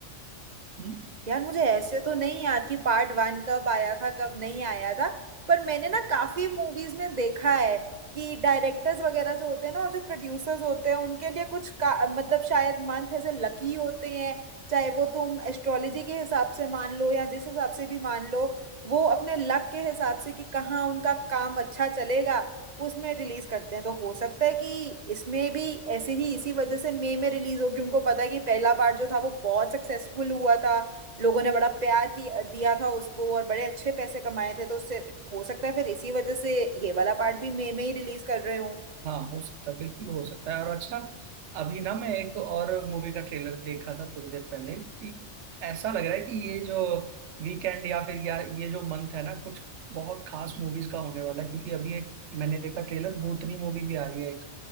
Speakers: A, on the right; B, on the right.
A: हम्म।
B: यार मुझे ऐसे तो नहीं याद कि पार्ट वन कब आया था कब नहीं आया था पर मैंने ना काफी मूवीज में देखा है कि डायरेक्टर्स वगैरह जो होते हैं ना और जो प्रोड्यूसर्स होते हैं उनके लिए कुछ का, मतलब शायद मंथ ऐसे लकी होते हैं चाहे वो तुम एस्ट्रोलॉजी के हिसाब से मान लो या जिस हिसाब से भी मान लो वो अपने लक के हिसाब से कि कहाँ उनका काम अच्छा चलेगा उसमें रिलीज करते हैं तो हो सकता है कि इसमें भी ऐसे ही इसी वजह से मई में रिलीज हो कि उनको पता है कि पहला पार्ट जो था वो बहुत सक्सेसफुल हुआ था लोगों ने बड़ा प्यार की दिया था उसको और बड़े अच्छे पैसे कमाए थे तो उससे हो सकता है फिर इसी वजह से ये वाला पार्ट भी मई में ही रिलीज कर रहे हों
A: हाँ हो सकता है बिल्कुल हो सकता है और अच्छा अभी ना मैं एक और मूवी का ट्रेलर देखा था थोड़ी देर पहले कि ऐसा लग रहा है कि ये जो वीकेंड या फिर या ये जो मंथ है ना कुछ बहुत खास मूवीज का होने वाला है क्योंकि अभी एक मैंने देखा ट्रेलर भूतनी मूवी भी आ रही है एक